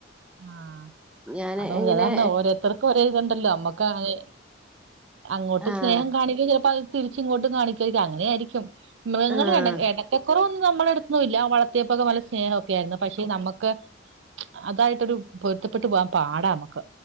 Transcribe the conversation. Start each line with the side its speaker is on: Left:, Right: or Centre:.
Right: ആഹ്
Centre: ഞാന്
Right: അതാ
Centre: ഇങ്ങനെ
Right: പറഞ്ഞേ ഓരോരുത്തർക്ക് ഒരേ ഇതുണ്ടല്ലോ നമ്മക്കാതേ അങ്ങോട്ട്
Centre: ആഹ്
Right: സ്നേഹം കാണിക്കയും ചിലപ്പോ അത് തിരിച്ച ഇങ്ങോട്ടും കാണിക്കുവമായിരിക്കും അങ്ങനെ ആയിരിക്കും മൃഗങ്ങള്
Centre: ആഹ്
Right: എണ എടക്കക്കുറവെന്നും നമ്മളടുത്ത് ഒന്നുല്ല വളർത്തിയപ്പോക്കെ നല്ല സ്നേഹൊക്കെ ആയിരുന്നു പക്ഷെ നമുക്ക് അതായ് തൊരു പൊരുത്തപ്പെട്ട് പോകാൻ പാടാ നമുക്ക്